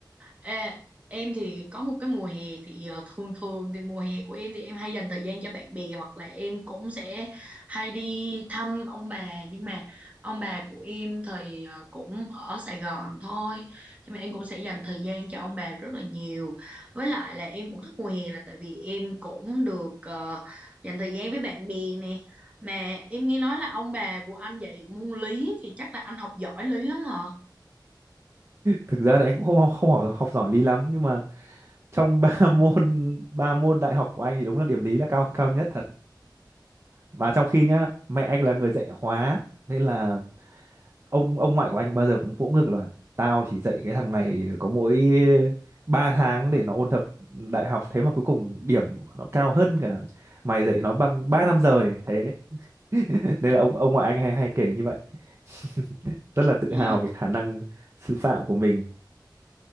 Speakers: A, on the right; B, on the right.
A: Ê, em thì có một cái mùa hè thì ờ, thường thường thì mùa hè của em thì em hay dành thời gian cho bạn bè hoặc là em cũng sẽ hay đi thăm ông bà nhưng mà ông bà của em thì ờ, cũng ở Sài Gòn thôi nhưng mà em cũng sẽ dành thời gian cho ông bà rất là nhiều với lại là em cũng thích mùa hè là tại vì em cũng được ờ, dành thời gian với bạn bè nè mà em nghe nói là ông bà của anh dạy môn lý thì chắc là anh học giỏi lý lắm hả?
B: thực ra thì em cũng không không học, học giỏi lý lắm nhưng mà trong ba <laughs> môn ba môn đại học của anh thì đúng là điểm lý là cao cao nhất thật mà trong khi nhá mẹ anh là người dạy hóa nên là ông ông ngoại của anh bao giờ cũng vỗ ngực là tao chỉ dạy cái thằng này có mỗi 3 tháng để nó ôn tập đại học thế mà cuối cùng điểm của nó cao hơn cả mày dạy nó bằng 3 năm rời thế <laughs> nên là ông ông ngoại anh hay hay kể như vậy <laughs> rất là tự
A: Ừ.
B: hào về khả năng sư phạm của mình